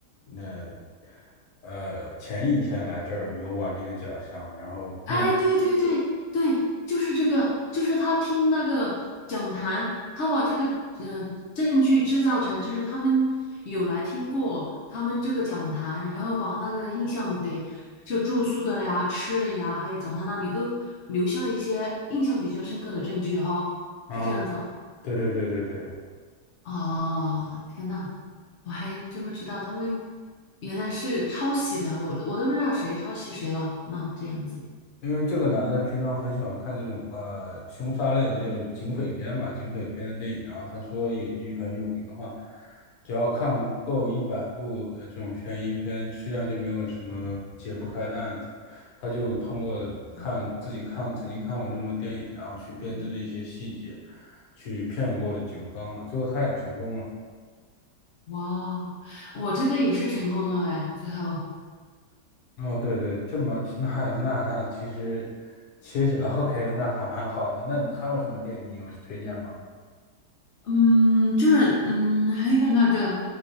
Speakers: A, on the left; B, on the left.
A: 那呃前一天来这儿游玩的一个假象。然后因为
B: 哎，对对对对，就是这个，就是他听那个讲坛，他把这个呃证据制造成，就是他们有来听过他们这个讲坛，然后把那个印象给就住宿的呀、吃的呀，还有讲坛那里都留下一些印象比较深刻的证据哈、
A: 啊，
B: 是这样子哦。
A: 对对对对对。
B: 哦，天呐，我还真不知道他们原来是抄袭的，我我都不知道谁抄袭谁了。那这样子。
A: 因为这个男的平常很喜欢看这种呃凶杀类的，就是警匪片嘛，警匪片的电影啊。然后他说有一句很有名的话，只要看够一百部呃这种悬疑片，实际上就没有什么解不开的案子。他就通过看自己看曾经看过这么多电影，然后去编织的一些细节，去骗过警方嘛。最后他也成功了。
B: 哇，我这个也是成功了哎，最后，
A: 哦，对对，这么那那那其实其实 OK，那还蛮好的。那你还有什么电影你有推荐吗？
B: 嗯，就是嗯，还有那个，